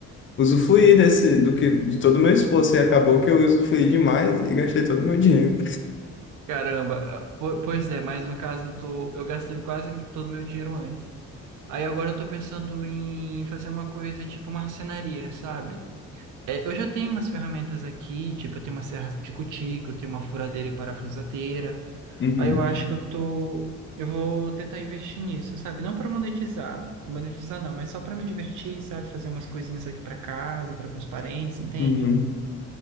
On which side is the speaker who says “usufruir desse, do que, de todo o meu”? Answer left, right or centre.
Left